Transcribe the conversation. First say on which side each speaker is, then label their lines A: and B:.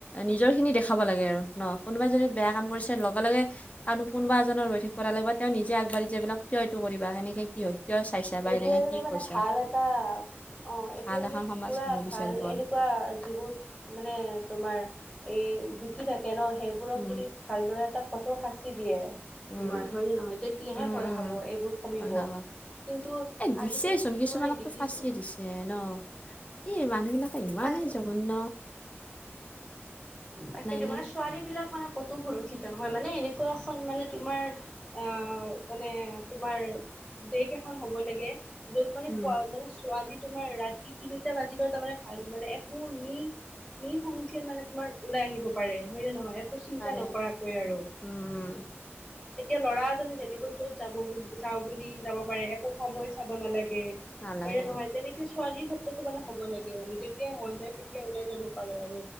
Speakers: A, on the left; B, on the left.
A: নিজৰ খিনি দেখাব লাগে আৰু ন কোনোবাই যদি বেয়া কাম কৰিছে লগে লগে আৰু কোনোবা এজনো ৰৈ থাকিব নালাগিব বা তেওঁ নিজে আগবাঢ়ি যাবিলাক কিয় এইটো কৰিবা সেনেকে কি হয়, কিয় চাইছা বা
B: এতিয়া
A: এনেকে
B: যদি
A: কি
B: মানে
A: কৈছা।
B: ভাল এটা অ' এতিয়া
A: ভাল
B: যদি
A: এখন সমাজ
B: পুৰা
A: হ'ব
B: ভাল
A: বিচাৰিব
B: এনেকুৱা
A: আৰু
B: যিবোৰ মানে তোমাৰ এই দুখী থাকে ন, সেইবোৰক
A: উম
B: যদি ভালদৰে এটা কঠোৰ শাস্তি দিয়ে।
A: উম
B: তোমাৰ হয়নে নহয় এতি কিহে
A: উম
B: প
A: উম
B: খাব এইবোৰ কমিব।
A: হয় হয় হয়
B: কিন্তু
A: এ দিছে
B: আজিকালি
A: চোন
B: যিটো
A: কিছুমানকো
B: মানে দেখিছো
A: ফাঁচিয়ে দিছে ন, ই মানুহ বিলাক ইমানেই
B: ফাঁচি
A: জঘন্ন।
B: তাকেই টো
A: নে
B: মানে ছোৱালী বিলাক মানে কতো সুৰক্ষিত নহয় মানে, এনেকুৱা এখন মানে তোমাৰ আহ মানে, তোমাৰ দেশ এখন হব লাগে। য'ত মানে, <unintelligible>
A: উম
B: মানে ছোৱালী তোমাৰ ৰাত তিনিটা বাজিলেও তাৰমানে ভাল, মানে একো নি নিঃ সংখ্যে মানে তোমাৰ ওলাই আহিব পাৰে হয় নে নহয়, একো চিন্তা
A: পাৰে
B: নকৰাকৈ আৰু।
A: উম উম
B: এতিয়া ল'ৰা এজনে যেনেকৈ য'ত যাব বুলি, যাওঁ বুলি যাব পাৰে। সময় চাব নালাগে
A: নালাগে
B: হয় নহয় তেনেকে ছোৱালীৰ ক্ষেত্ৰতো মানে হ'ব লাগে মানে যেতিয়াই মন যায় তেতিয়া ওলাই যাব পাৰে আৰু